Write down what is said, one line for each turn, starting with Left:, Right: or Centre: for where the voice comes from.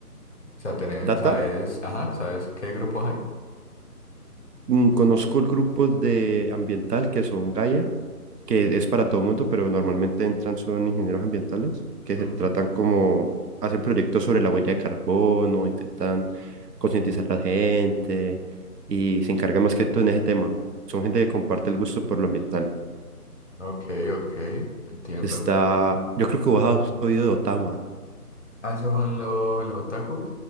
Left: o sea, tenés,
Right: ¿Data?
Left: sabes, ajá, ¿sabes qué grupos hay?
Right: Mm, Conozco el grupo de ambiental que son Gaia, que es para todo el mundo, pero normalmente entran son ingenieros ambientales que se
Left: Ujú.
Right: tratan como, hacen proyectos sobre la huella de carbono, intentan concientizar a la gente y se encargan más que todo en ese tema. Son gente que comparte el gusto por lo ambiental.
Left: Ok, ok, entiendo.
Right: Está, yo creo que vos has oído de Otama,
Left: Ah, esos son lo- los otakus.